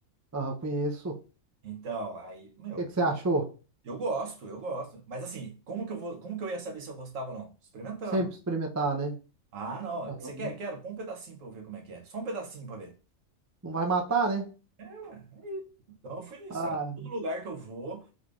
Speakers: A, on the right; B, on the right.
A: Ah, conheço. O
B: Então, aí, meu,
A: que que você achou?
B: eu gosto, eu gosto. Mas assim, como que eu vou, como que eu ia saber se eu gostava ou não? Experimentando.
A: Sempre experimentar, né?
B: Ah, não.
A: Aham.
B: Você quer? Quero. Põe um pedacinho pra eu ver como é que é. Só um pedacinho pra ver.
A: Não vai matar, né?
B: Ah, Então eu fui nisso,
A: Ah,
B: cara. Todo lugar que eu vou.